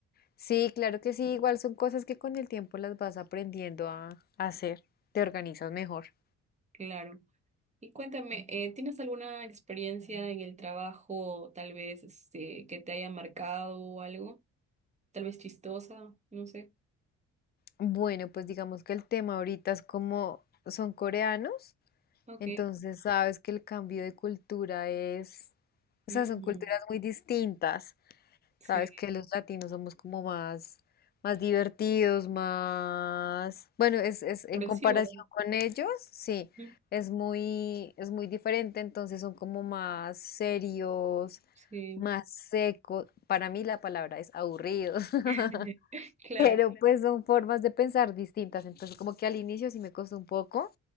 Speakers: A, on the left; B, on the right.
A: Sí, claro que sí, igual son cosas que con el tiempo las vas aprendiendo a, a hacer, te organizas mejor.
B: Claro. Y cuéntame, eh, ¿tienes alguna experiencia en el trabajo, tal vez este, que te haya marcado o algo? Tal vez chistosa, no sé.
A: Bueno, pues digamos que el tema ahorita es como son coreanos,
B: Ok.
A: entonces sabes que el cambio de cultura es, o
B: Mm,
A: sea, son culturas muy distintas.
B: sí,
A: Sabes que los latinos somos como más, más divertidos, más... Bueno, es, es en
B: expresivo.
A: comparación con ellos, sí,
B: Mm,
A: es muy, es muy diferente, entonces son como más serios,
B: Sí,
A: más secos. Para mí la palabra es aburridos. <laughs>
B: <laughs> claro,
A: Pero pues son formas de pensar distintas, entonces como que al inicio sí me costó un poco,